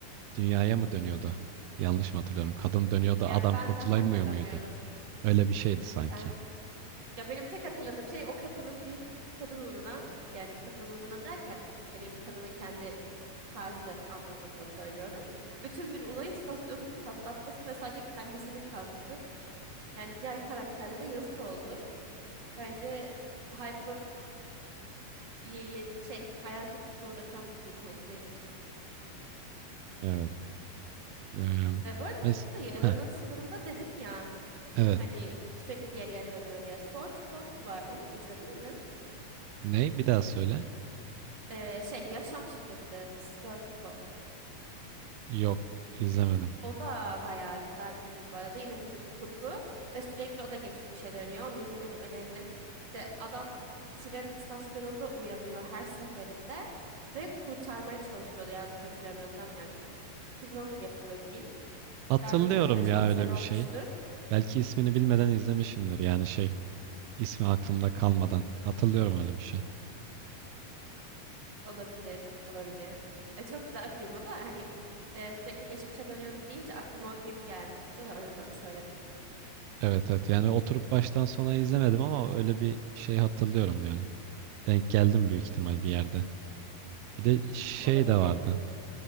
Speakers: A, on the right (about 85°); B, on the right (about 30°).
A: Dünyaya mı dönüyordu? Yanlış mı hatırlıyorum? Kadın dönüyordu,
B: ya
A: adam
B: ben
A: kurtulamıyor
B: de hatırlamıyorum.
A: muydu? Öyle bir şeydi sanki.
B: Ben Ya benim tek hatırladığım şey o kadının bir kadın uğruna yani kadın uğruna derken hani kadının kendi tarzı anlamında söylüyorum. Bütün bir uzay istasyonunu patlatması ve sadece kendisinin kalması. Yani diğer karakterlere yazık oldu. Bence hype'lanıp y- y- şey hayal kırıklığına uğratan bir film bence benim için.
A: Evet. Eee
B: E, bu arada
A: mes
B: Yarının
A: Heh,
B: Sınırında dedin ya
A: evet.
B: hani sürekli geriye dönüyor diye. Source Code var. Onu izledin mi?
A: Ne? Bir daha söyle.
B: E, şey Yaşam Şifresi Source Code.
A: Yok, izlemedim.
B: O da bayağı güzel bir film bu arada. Yine bilim kurgu ve sürekli o da geçmişe dönüyor. Onu izlemeni öneririm. İşte adam bir tren istasyonunda uyanıyor her seferinde ve kurtarmaya çalışıyordu. Yanlış hatırlamıyorsam yani çok 2011 yapımı bir film.
A: Hatırlıyorum
B: Ben izleyeli 5-6
A: ya öyle
B: sene
A: bir
B: olmuştur.
A: şey. Belki ismini bilmeden izlemişimdir yani şey. ismi aklımda kalmadan. Hatırlıyorum öyle bir şey.
B: Olabilir, olabilir. E, çok güzel film o da hani e, sürekli geçmişe dönüyor deyince aklıma o film gelmişti de o yüzden söyledim.
A: Evet evet. Yani oturup baştan sona izlemedim ama öyle bir şey hatırlıyorum yani. Denk geldim büyük ihtimal bir yerde. Bir de şey
B: Olabilir.
A: de vardı.